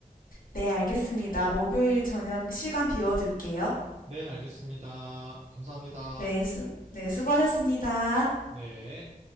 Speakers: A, on the left; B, on the right.
A: 네, 알겠습니다. 목요일 저녁 시간 비워둘게요.
B: 네, 알겠습니다. 감사합니다.
A: 네, 수, 네, 수고하셨습니다.
B: 네.